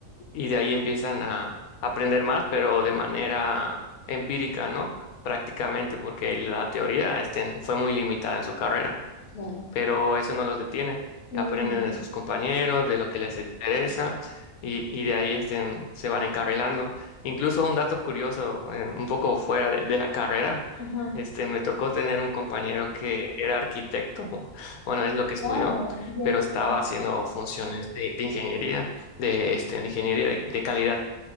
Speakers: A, on the left (about 85°); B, on the left (about 60°).
A: y de ahí empiezan a aprender más, pero de manera empírica, ¿no? Prácticamente, porque la teoría este, fue muy limitada en su carrera
B: Claro.
A: pero eso no los detiene.
B: Mm,
A: Aprenden de sus compañeros, de lo que les interesa y, y de ahí este, se van encarrilando. Incluso un dato curioso, eh, un poco fuera de, de la carrera,
B: ajá.
A: este, me tocó tener un compañero que era arquitecto, o- bueno, es lo que estudió,
B: Wow. Ya,
A: pero
B: ya,
A: estaba
B: ya.
A: haciendo funciones de, de ingeniería, de, este, de ingeniería de, de calidad.